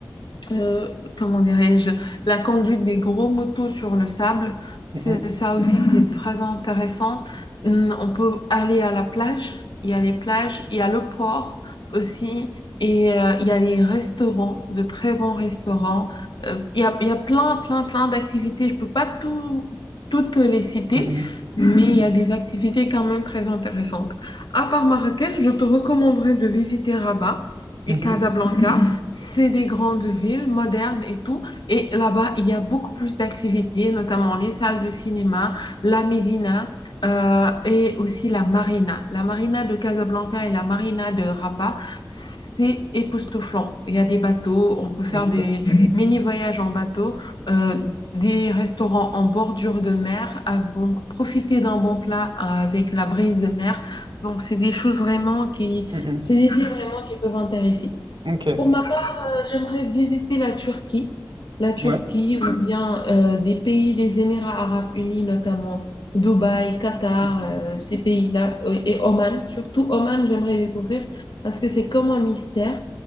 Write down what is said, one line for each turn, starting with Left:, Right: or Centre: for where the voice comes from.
Left: euh, comment dirais-je, la conduite des gros motos sur le sable. C'est,
Right: mhm,
Left: ça aussi, c'est très intéressant. Hum, on peut aller à la plage, il y a les plages, il y a le port aussi, et euh, il y a les restaurants, de très bons restaurants. Euh, il y a, il y a plein, plein, plein d'activités. Je peux pas tout, toutes les citer.
Right: mhm,
Left: Mais il y a des activités quand même très intéressantes. À part Marrakech, je te recommanderais de visiter Rabat
Right: mhm,
Left: et Casablanca. C'est des grandes villes modernes et tout. Et là-bas, il y a beaucoup plus d'activités, notamment les salles de cinéma, la Médina euh, et aussi la marina. La marina de Casablanca et la marina de Rabat, c'est époustouflant. Il y a des bateaux, on peut faire
Right: Ok.
Left: des mini-voyages en bateau, euh, des restaurants en bordure de mer, à- donc profiter d'un bon plat euh, avec la brise de mer. Donc, c'est des choses vraiment qui,
Right: mhm,
Left: c'est des villes vraiment qui peuvent intéresser.
Right: Ok.
Left: Pour ma part, euh, j'aimerais visiter la Turquie, la Turquie
Right: Ouais.
Left: ou bien euh, des pays des Émirats arabes unis, notamment Dubaï, Qatar,
Right: mhm,
Left: euh, ces pays-là, euh, et Oman. Surtout Oman, j'aimerais découvrir parce que c'est comme un mystère.